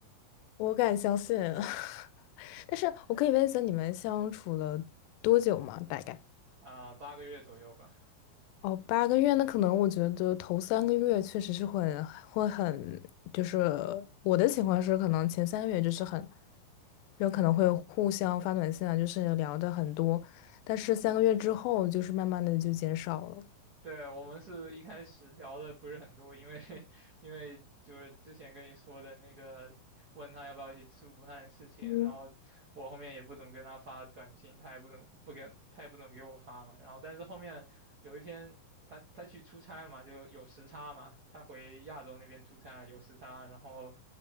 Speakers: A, on the left; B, on the right.
A: 我敢相信。<laughs> 但是我可以问一下，你们相处了多久吗？大概？
B: 啊，八个月左右吧。
A: 哦，八个月，那可能我觉得头三个月确实是很会很，就是我的情况是，可能前三个月就是很，有可能会互相发短信啊，就是聊的很多，但是三个月之后就是慢慢的就减少了。
B: 对，我们是一开始聊的不是很多，因为 <laughs> 因为就是之前跟你说的那个，问他要不要一起吃午饭的事情，
A: 嗯
B: 然后我后面也不怎么跟他发短信，他也不怎么不跟，他也不怎么给我发嘛。然后但是后面有一天他他去出差嘛，就有时差嘛，他回亚洲那边出差有时差，然后